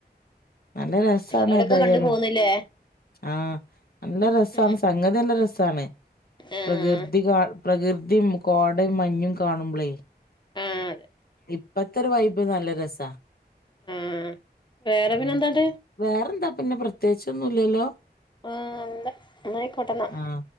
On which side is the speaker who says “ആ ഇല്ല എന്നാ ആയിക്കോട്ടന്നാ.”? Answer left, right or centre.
Left